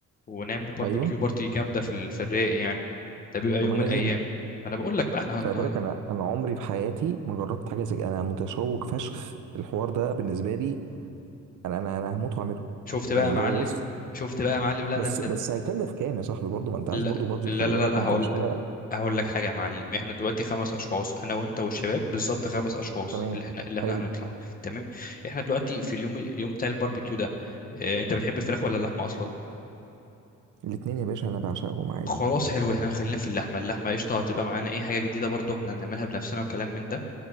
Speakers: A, on the left (about 25°); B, on the right (about 75°).
A: ونعمل باربيكيو
B: ايوه
A: بارتي جامده في ال- في الرايق يعني ده بيبقى
B: طب
A: يوم
B: ما
A: من
B: ده
A: الايام
B: جامد
A: فانا بقول لك بقى احنا
B: خلي
A: هن... هن...
B: بالك انا انا عمري في حياتي ما جربت حاجه زي كده. انا متشوق فشخ الحوار ده بالنسبه لي انا انا انا هموت واعمله
A: شفت بقى
B: يعني
A: يا
B: اللي
A: معلم
B: هو بص
A: شفت بقى يا معلم لا
B: بس
A: ده انت
B: بس هيكلف كام يا صاحبي برضه ما انت
A: لا
B: عايز برضه بادجت
A: لا
B: خلي
A: لا
B: بالك
A: لا, لا
B: انت
A: هقول
B: مش حاجه
A: هقول لك حاجه يا معلم احنا دلوقتي خمس اشخاص انا وانت والشباب بالظبط خمس اشخاص
B: تمام
A: اللي احنا اللي احنا
B: حلو
A: هنطلع تمام احنا دلوقتي في اليوم اليوم بتاع الباربيكيو ده اه انت بتحب الفراخ ولا اللحمه اصلا
B: الاتنين يا باشا انا بعشقهم عادي
A: خلاص حلو احنا خلينا في اللحمه اللحمه قشطه هتبقى معانا اي حاجه جديده برضو احنا هنعملها بنفسنا وكلام من ده